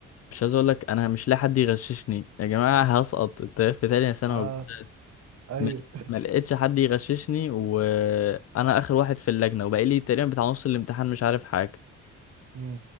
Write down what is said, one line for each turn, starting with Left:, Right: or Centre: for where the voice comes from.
Left: مش عايز اقول لك انا مش لاقي حد يغششني يا جماعه هسقط الت- في تانية ثانوي
Right: اه ايوه
Left: ما ما لقيتش حد يغششني وانا اخر واحد في اللجنه وبقى لي تقريبا بتاع نص الامتحان مش عارف حاجه
Right: امم